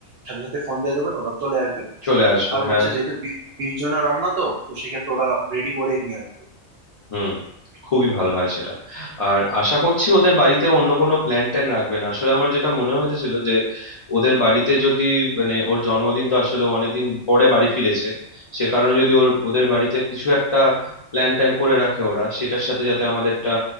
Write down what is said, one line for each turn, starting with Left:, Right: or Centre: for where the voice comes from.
Right: সাথে সাথে ফোন দিয়ে দেবেন ওরা চলে আসবে
Left: চলে আসবে
Right: আর
Left: হ্যাঁ
Right: হচ্ছে যেহেতু বি- বিশ জনের রান্না তো তো সেক্ষেত্রে ওরা রেডি করেই নিয়ে আসবে
Left: হুম খুবই ভালো হয় সেটা আর আশা করছি ওদের বাড়িতে অন্য কোনো প্ল্যান ট্যান রাখবে না আসলে আমার যেটা মনে হইতেছিল যে ওদের বাড়িতে যদি মানে ওর জন্মদিন তো আসলে ও অনেকদিন পরে বাড়ি ফিরেছে সে কারণে যদি ওর ওদের বাড়িতে কিছু একটা প্ল্যান ট্যান করে রাখে ওরা সেটার সাথে যাতে আমাদেরটা